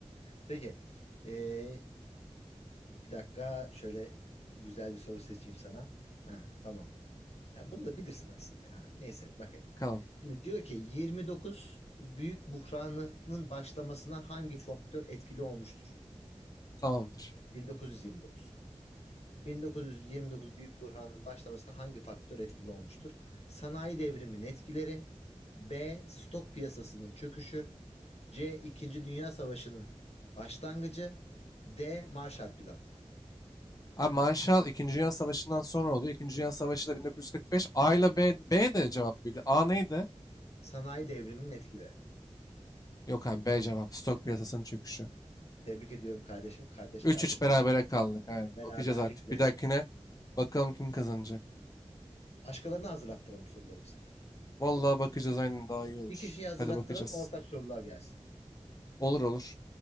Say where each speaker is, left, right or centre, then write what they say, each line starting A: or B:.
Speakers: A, on the left; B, on the left.
A: Peki. Ee, bir dakika şöyle güzel bir soru seçeyim sana. Ha, tamam. Ya bunu da bilirsin aslında ya. Neyse bakayım.
B: Bakalım.
A: Şimdi diyor ki 29 büyük buhranının başlamasına hangi faktör etkili olmuştur?
B: Tamamdır.
A: 1929. 1929 Büyük Burhan'ın başlamasına hangi faktör etkili olmuştur? Sanayi devriminin etkileri, B. Stok piyasasının çöküşü, C. İkinci Dünya Savaşı'nın başlangıcı, D. Marshall Planı.
B: Abi Marshall 2. Dünya Savaşı'ndan sonra oluyor. 2. Dünya Savaşı da 1945. A ile B, B de cevap büyük. A neydi?
A: Sanayi devriminin etkileri.
B: Yok abi B cevap. Stok piyasasının çöküşü.
A: Tebrik ediyorum kardeşim. Kardeş
B: üç
A: kardeşe
B: üç berabere kaldık. Abi.
A: beraberlikle.
B: Bakacağız artık. Bir dahakine bakalım kim kazanacak.
A: Başkalarına hazırlattıralım soruları bu sefer.
B: Vallahi bakacağız aynen daha iyi olur.
A: Bir kişiye hazırlattıralım
B: Hadi bakacağız.
A: ortak sorular gelsin.
B: Olur olur.